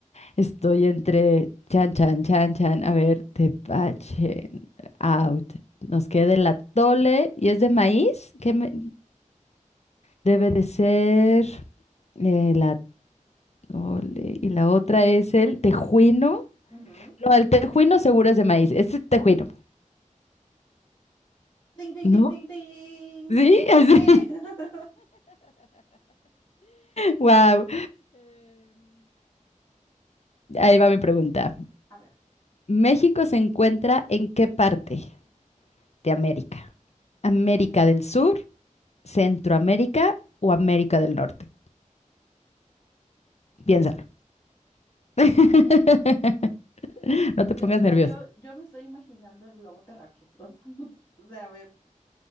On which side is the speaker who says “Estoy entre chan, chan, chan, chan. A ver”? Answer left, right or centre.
Left